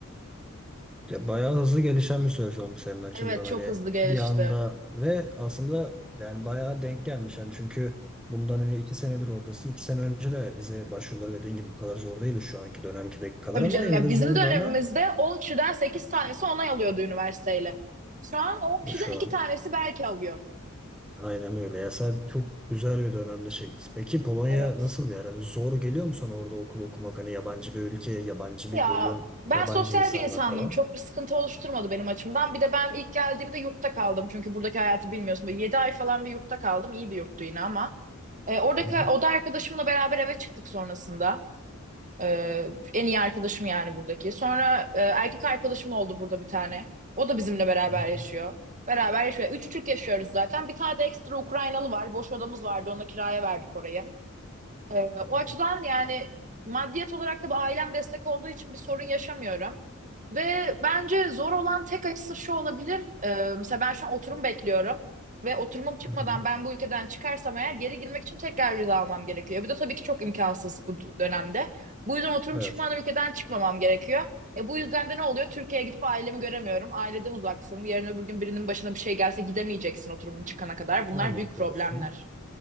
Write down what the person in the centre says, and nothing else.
Ya bayağı hızlı gelişen bir süreç olmuş senin açından
hani
bir anda ve aslında yani bayağı denk gelmiş yani çünkü bundan hani iki senedir oradasın. İki sene önce de vize başvuruları dediğin gibi bu kadar zor değildi şu anki dönemkideki kadar
ama
yine
de
zordu
ama
şu
an
aynen öyle. Ya sen çok güzel bir dönemde çekmişsin. Peki Polonya
nasıl yani Hani zor geliyor mu sana orada okul okumak hani yabancı bir ülke, yabancı bir
bölüm,
yabancı
insanlar
falan?
Hı hı.
Hı hı.
Hı
hı.
Hı hı.
Evet.
Allah
korusun.